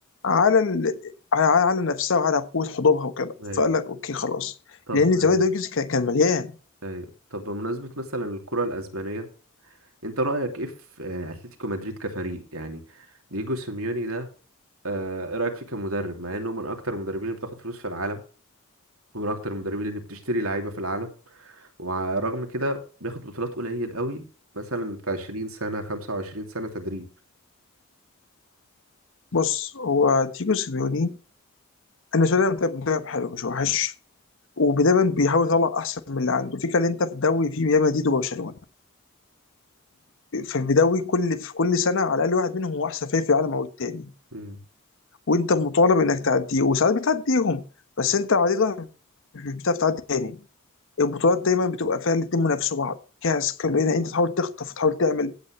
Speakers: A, on the left; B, on the right.
A: على ال... على على على نفسها وعلى قوه حضورها وكده
B: ايوه
A: فقال لك اوكي خلاص
B: طب
A: لان
B: آه،
A: زمان ده الجزء كان كان مليان
B: ايوه طب بمناسبة مثلا الكرة الأسبانية انت رأيك ايه في آه، اتلتيكو مدريد كفريق يعني دييجو سيميوني ده آه، ايه رأيك فيه كمدرب مع انه من اكتر المدربين اللي بتاخد فلوس في العالم ومن اكتر المدربين اللي بتشتري لعيبه في العالم ورغم كده بياخد بطولات قليل قوي مثلا في 20 سنه 25 سنه تدريب
A: بص هو تيجو سيميوني انا بالنسبه لي مدرب مدرب حلو مش وحش ودايما بيحاول يطلع احسن من اللي عنده في كان انت في الدوري في ريال مدريد وبرشلونه فبيدوي كل في كل سنه على الاقل واحد منهم هو احسن فريق في العالم او التاني
B: مم.
A: وانت مطالب انك تعديه وساعات بتعديهم بس انت عديت واحد مش بتعرف تعدي تاني البطولات دايما بتبقى فيها الاتنين منافسوا بعض كاس كلنا انت تحاول تخطف وتحاول تعمل